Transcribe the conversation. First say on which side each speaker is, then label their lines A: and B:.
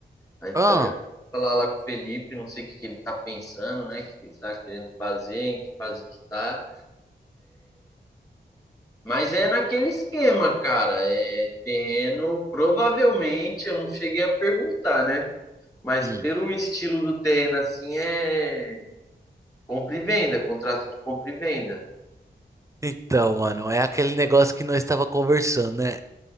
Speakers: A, on the left; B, on the right.
A: Aí
B: Ah.
A: falei, ah, vou falar lá com o Felipe, não sei o que que ele tá pensando, né? O que que ele tá querendo fazer, em que fase que tá. Mas é naquele esquema, cara. É terreno, provavelmente, eu não cheguei a perguntar, né? Mas
B: hum.
A: pelo estilo do terreno assim é compra e venda, contrato de compra e venda.
B: Então, mano, é aquele negócio que nós estava conversando, né?